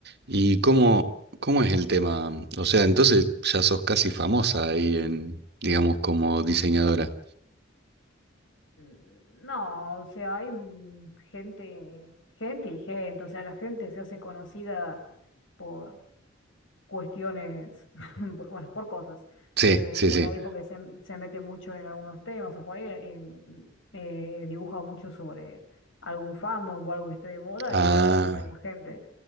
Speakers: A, on the right; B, on the left.
A: ¿y cómo, cómo es el tema? O sea, entonces ya sos casi famosa ahí en, digamos, como diseñadora.
B: No, o sea, hay mm, gente, gente y gente, o sea, la gente se hace conocida por cuestiones, <laughs> por- bueno, por cosas,
A: Sí,
B: eh,
A: sí,
B: por
A: sí.
B: ahí porque se, se mete mucho en algunos temas, o por ahí en- eh, dibuja mucho sobre algún fandom o algo que esté de moda
A: Ah,
B: y eso hace a la gente.